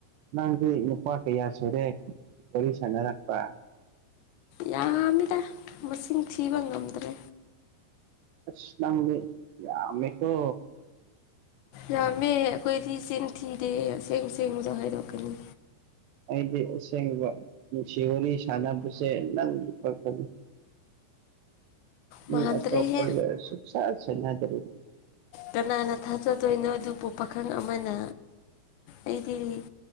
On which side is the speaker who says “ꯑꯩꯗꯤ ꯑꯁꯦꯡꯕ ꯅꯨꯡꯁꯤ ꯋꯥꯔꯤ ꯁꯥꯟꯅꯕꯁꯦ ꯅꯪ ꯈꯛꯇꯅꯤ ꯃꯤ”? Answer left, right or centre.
Right